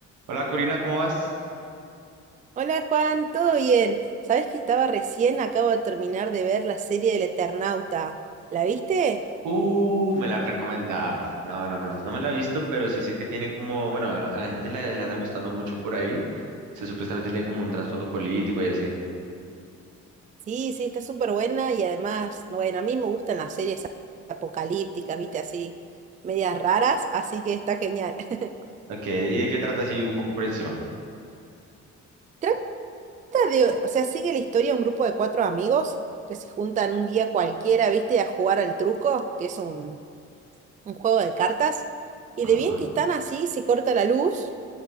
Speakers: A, on the right; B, on the right.
A: Hola Corina, ¿cómo vas?
B: Hola Juan, ¿todo bien? ¿Sabés que estaba recién, acabo de terminar de ver la serie del Eternauta? ¿La viste?
A: Uh, me la han recomendado. No, no, no, no me la he visto, pero sí sé que tiene como, bueno, a la, a la gente le, le anda gustando mucho por ahí. Se supuestamente tiene como un trasfondo político y así.
B: Sí, sí, está súper buena y además, bueno, a mí me gustan las series apocalípticas, viste, así, medias raras, así que está genial. <laughs>
A: Ok, ¿y de qué trata así un poco por encima?
B: Trata de, o sea, sigue la historia de un grupo de cuatro amigos que se juntan un día cualquiera, viste, a jugar al truco, que es un, un juego de cartas, y
A: Ajá.
B: de bien que están así, se corta la luz.